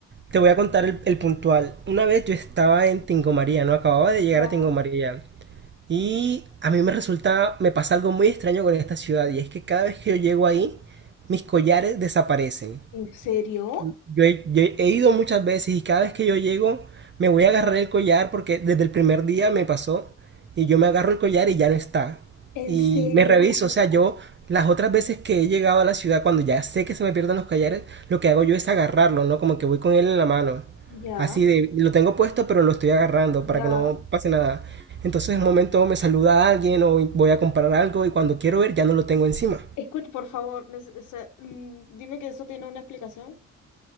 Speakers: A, on the right; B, on the left.
A: Te voy a contar el, el puntual. Una vez yo estaba en Tingo María, ¿no? Acababa de llegar
B: Ya.
A: a Tingo María. Y a mí me resulta, me pasa algo muy extraño con esta ciudad y es que cada vez que yo llego ahí, mis collares desaparecen.
B: ¿En serio?
A: yo he, yo he ido muchas veces y cada vez que yo llego me voy a agarrar el collar porque desde el primer día me pasó y yo me agarro el collar y ya no está.
B: ¿En
A: Y
B: serio?
A: me reviso, o sea, yo las otras veces que he llegado a la ciudad cuando ya sé que se me pierden los collares, lo que hago yo es agarrarlo, ¿no? Como que voy con él en la mano.
B: Ya,
A: Así de, lo tengo puesto pero lo estoy agarrando para
B: ya.
A: que no pase nada. Entonces en un momento me saluda alguien o voy a comprar algo y cuando quiero ver ya no lo tengo encima.
B: Escucha, por favor, nes- o sea, mm, dime que eso tiene una explicación.